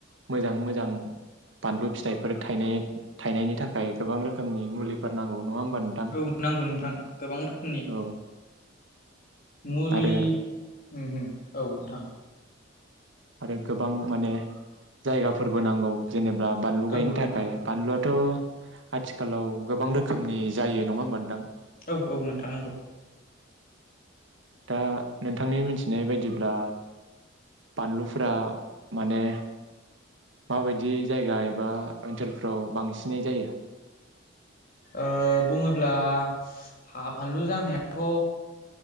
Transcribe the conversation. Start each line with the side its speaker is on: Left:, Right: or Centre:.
Right: मोजां मोजां बानलु फिथाइफोर थायनाय थायनायनि थाखाय गोबां रोखोमनि मुलिफोर नांगौ। नङा होमबा नोंथां
Left: औ नांगौ नोंथां गोबां रोखोमनि
Right: औ
Left: मुलि
Right: आरो
Left: औ नोंथां
Right: आरो गोबां माने जायगाफोरबो नांगौ। जेनेबा बानलु
Left: नांगौ
Right: गायनो
Left: नोंथां
Right: थाखाय बानलुआथ' आथिखालाव गोबां रोख रोखोमनि जायो नङा होमबानोथां।
Left: औ औ नोंथां नांगौ।
Right: दा नोंथांनि मिथिनाय बायदिब्ला। बानलुफोरा माने माबायदि जायगा एबा ओनसोलफ्राव बांसिनै जायो।
Left: ओ बुङोब्ला हा फानलु जानायाथ'